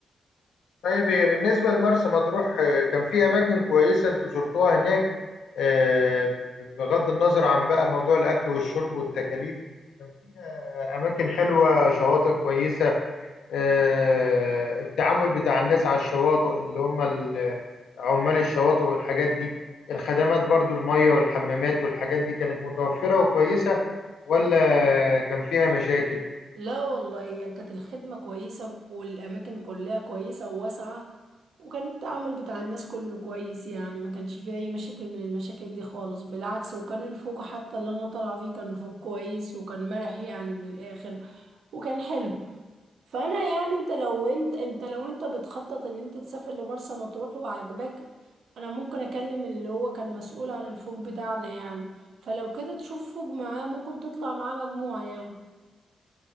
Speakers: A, on the left; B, on the right.
A: طيب إيه، بالنسبة لمرسى مطروح آه، كان في أماكن كويسة أنتوا زرتوها هناك آه، بغض النظر عن بقى موضوع الأكل والشرب والتكاليف كان فيها أماكن حلوة شواطئ كويسة آه، التعامل بتاع الناس على الشواطئ اللي هم ال- عمال الشواطئ والحاجات دي الخدمات برضو المية والحمامات والحاجات دي كانت متوفرة وكويسة ولا كان فيها مشاكل؟
B: لا والله يعني كانت الخدمة كويسة والأماكن كلها كويسة وواسعة وكان التعامل بتاع الناس كله كويس يعني ما كانش فيه أي مشاكل من المشاكل دي خالص بالعكس وكان الفوق حتى اللي أنا طالعة فيه كان فوق كويس وكان مرح يعني من الآخر وكان حلو فأنا يعني أنت لو أنت أنت لو أنت بتخطط إن أنت تسافر لمرسى مطروح وعجبك أنا ممكن أكلم اللي هو كان مسؤول عن الفوق بتاعنا يعني فلو كده تشوف فوق معاه ممكن تطلع معاه مجموعة يعني